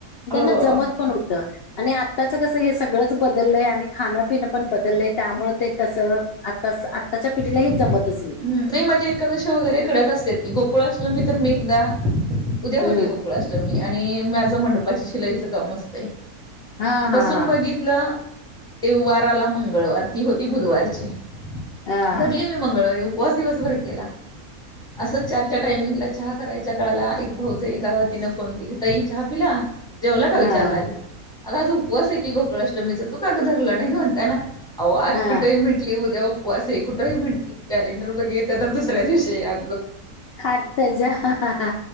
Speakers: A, on the left (about 85°); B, in the centre.
A: त्यांना
B: हो
A: जमत पण होत. आणि आत्ताच कसं हे सगळंच बदललंय आणि खाण पिण पण बदललेय त्यामुळे ते कस आता आत्ताच्या पिढीला
B: हम्म
A: हे जमतच
B: नाही माझे एकादशी वगैरे कडक असत की गोप गोकुळाष्टमी तर मी एकदा उद्या होती
A: हम्म
B: गोकुळाष्टमी आणि माझं मंडपाची शिलाईच काम असतय
A: हा हा
B: बसून
A: हा
B: बघितलं. ते वार आला मंगळवार ती होती बुधवारची.
A: हा
B: धरली मी मंगळवारी उपवास दिवसभर केला. असंच चारच्या टायमिंगला चहा करायच्या काळाला एक भाऊज गावातीनं फोन केली तई चहा पिला. जेवला का विचारला
A: हा
B: आधी अग आज उपवास आहे की, गोकुळाष्टमीच तू कागं धरलं नाही म्हणताना. अह आज
A: हा
B: कुठेही म्हंटली उद्या उपवास आहे कुठेही म्हटली कॅलेंडर बघितल तर दुसऱ्या दिवशी अ.
A: हाल तेज्या हा हा